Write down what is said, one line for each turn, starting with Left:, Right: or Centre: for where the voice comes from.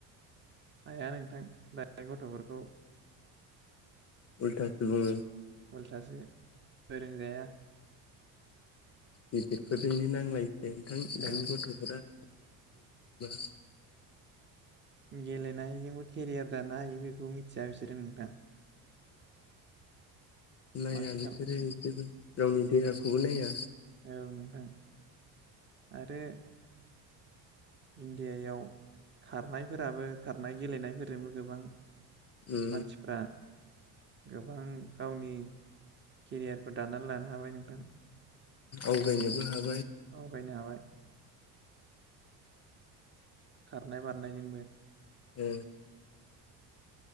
Right: हाया नोंथां दा गथ'फोरखौ
Left: उल्टा बुंङो
Right: उल्थासो फोरों जाया
Left: गिदिरफोरजोंनो नांलायसै नोंथां
Right: औ
Left: दानि गथ'फोरा <unintelligible>
Right: गेलेनायजोंबो केरियार दानो हायो बेखौ मिथिया बिसोरो नोंथां
Left: नाया
Right: माथो
Left: बिसोरो
Right: खालामनो
Left: जेबो गावनि देहाखौबो नाया
Right: औ नोंथां आरो इन्डियायाव खारनायफोराबो खारनाय गेलेनायफोरजोंबो गोबां।
Left: उम
Right: मानसिफ्रा गोबां गावनि केरियारखौ दानानै लानो हाबाय नोंथां।
Left: आवगायनोबो हागोन।
Right: आवगायनो हाबाय खारनाय बारनायजोंबो
Left: ओ